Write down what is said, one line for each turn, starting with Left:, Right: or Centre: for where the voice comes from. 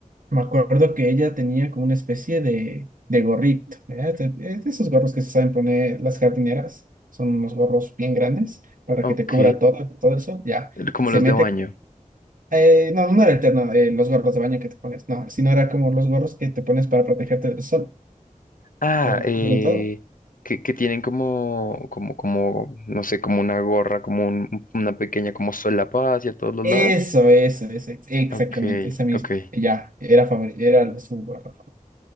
Right: me acuerdo que ella tenía como una especie de, de gorrito, ¿verdad? De- de de esos gorros que se saben poner las jardineras. Son unos gorros bien grandes para
Left: Ok,
Right: que te cubra todo, todo el sol. Ya,
Left: como
Right: se
Left: los
Right: mete.
Left: de baño.
Right: eh, no, no era el terno, eh, los gorros de baño que te pones, no, sino era como los gorros que te pones para protegerte del sol,
Left: Ah,
Right: que
Left: eh,
Right: cubren todo.
Left: que, que tienen como, como, como, no sé, como una gorra, como un- un- una pequeña como solapa hacia todos los
Right: Eso,
Left: lados.
Right: eso, eso, ex- exactamente,
Left: Ok,
Right: esa misma.
Left: ok.
Right: Ya, era favori- era su barra favorita.